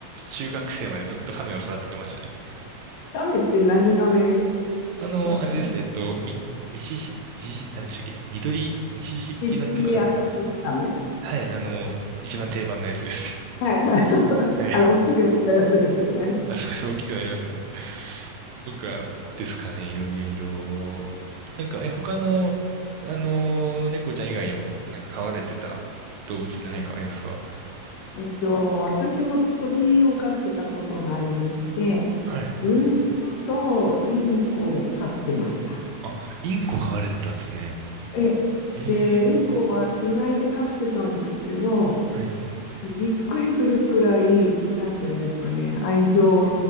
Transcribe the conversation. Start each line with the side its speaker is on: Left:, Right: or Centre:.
Right: 中学生までずっと亀を育ててましたね。
Left: ガメって何ガメ
Right: あの、
Left: だったんですか
Right: あれです。えっと、ミ、ミシシ、ミシシ、なんでしたっけ緑、ミシシッピなんとかがね。
Left: 一匹赤耳ガメ
Right: はい、あの、一番定番のやつです。
Left: はいはい。<laughs>
Right: <laughs> はい。
Left: あの、
Right: <laughs>
Left: 大きくなったやつですよね。
Right: あ、そうです。大きくなりますね。とかですかね、いろいろ。なんか、え、他の、あの、猫ちゃん以外にも、なんか飼われてた動物って何かありますか
Left: えっと、私も鳥を飼ってたことがありまして、
Right: はい。
Left: 文鳥とインコを飼ってました。
Right: あ、インコ飼われてたんですね。
Left: ええで、
Right: ええ
Left: インコはつがいで飼ってたんですけど、
Right: はい。
Left: びっくりするくらい、なんていうんですかね、愛情